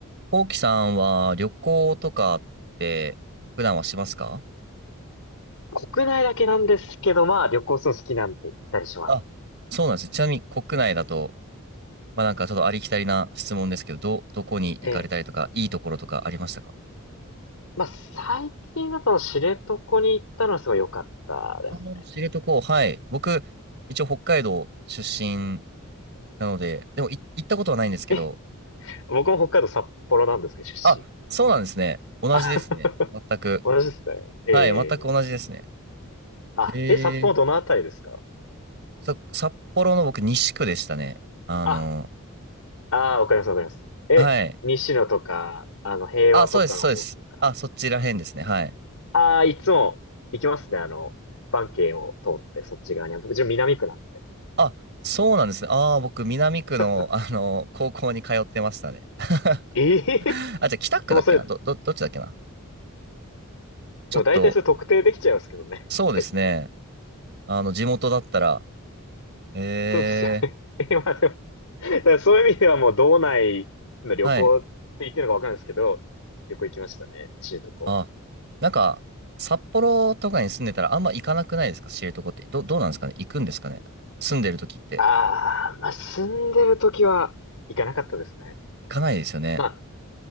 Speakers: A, on the right; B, on the left.
A: こうきさんは旅行とかって普段はしますか
B: 国内だけなんですけど、まあ旅行するの好きなんで行ったりします。
A: あ、そうなんですね。ちなみに国内だと、まあなんかちょっとありきたりな質問ですけど、ど、どこに行かれたりとか、
B: ええ。
A: いいところとかありましたか
B: まあ最近だと知床に行ったのはすごい良かったですね。
A: ああー知床、はい。僕、一応北海道出身なので、でもい行ったことはないんですけど、
B: え、え、僕も北海道札幌なんですけど、出身。
A: あ、そうなんですね。同じですね。
B: あ <laughs>
A: 全く。
B: 同じですね。え
A: はい、全く同じですね。
B: え。あ、
A: えー。
B: え、札幌どのあたりですか
A: さ、札幌の僕西区でしたね。あの、
B: あ、ああ、わかります、わかります。え、
A: はい。
B: 西野とか、あの、平和とかの方とか。
A: あ、そうです、そうです。あ、そちら辺ですね。はい。
B: ああ、いつも行きますね、あの、バンを通ってそっち側には。僕、自分南区なんで。
A: あ、そうなんですね。ああ、僕、南区の、
B: <laughs>
A: あの、高校に通ってましたね。<laughs>
B: ええで
A: あ、じゃあ、北区だっけなど、
B: もうそれ、
A: ど、どっちだっけなちょっと、
B: もう大体それ特定できちゃいますけどね。
A: そうですね。
B: <laughs> 大体。
A: あの、地元だったら、え
B: そうですよね。<laughs> 今でもだからそういう意味ではもう道内の旅行って言ってるのかわかんないですけど、
A: ー、はい。
B: 旅行行きましたね。知床。
A: あ、なんか、札幌とかに住んでたらあんま行かなくないですか知床って。ど、どうなんですかね行くんですかね住んでる時って。
B: ああ、まあ、住んでる時は行かなかったですね。
A: 行かないですよね。
B: まあ、